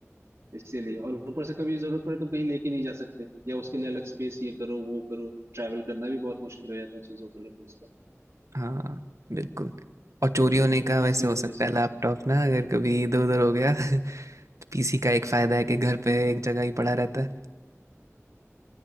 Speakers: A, on the right; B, on the right.
A: इसीलिए और ऊपर से कभी जरूरत पड़े तो कहीं लेके नहीं जा सकते या उसके लिए अलग स्पेस ये करो वो करो ट्रैवल करना भी बहुत मुश्किल हो जाता है चीजों को लेकर उसका
B: हाँ बिल्कुल और चोरी होने का वैसे
A: इसी
B: हो
A: वजह
B: सकता
A: से
B: है लैपटॉप ना अगर कभी इधर उधर हो गया <laughs> पीसी का एक फायदा है कि घर पे
A: हम्म
B: एक जगह ही पड़ा रहता है